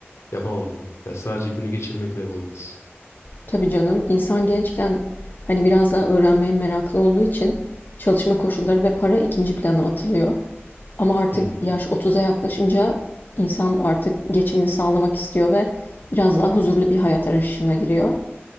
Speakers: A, on the left; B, on the left.
A: yapamam bunu. Ya sadece günü geçirmekle olmaz.
B: Tabii canım, insan gençken hani biraz daha öğrenmeye meraklı olduğu için çalışma koşulları ve para ikinci plana atılıyor. Ama artık
A: Hı hı.
B: yaş 30'a yaklaşınca insan artık geçimini sağlamak istiyor ve biraz daha huzurlu bir hayat arayışına giriyor.